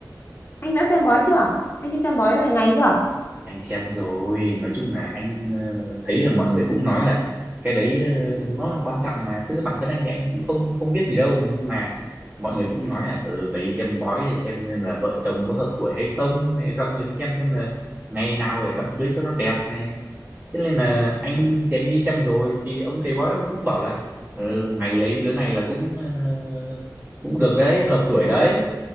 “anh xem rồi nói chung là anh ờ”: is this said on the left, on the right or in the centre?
Right